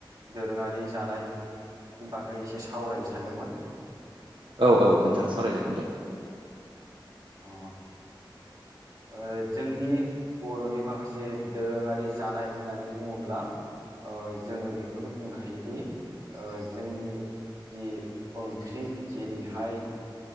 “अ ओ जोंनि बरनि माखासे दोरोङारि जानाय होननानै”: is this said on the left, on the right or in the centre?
Right